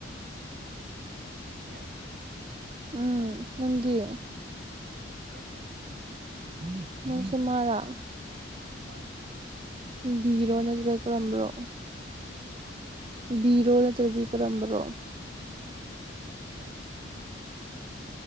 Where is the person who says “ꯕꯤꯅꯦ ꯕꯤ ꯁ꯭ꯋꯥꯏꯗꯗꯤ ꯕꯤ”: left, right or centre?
Right